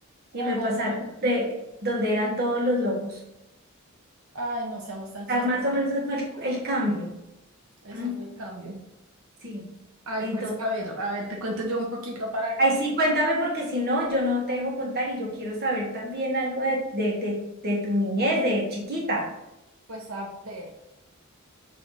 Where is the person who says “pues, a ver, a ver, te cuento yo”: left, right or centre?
Right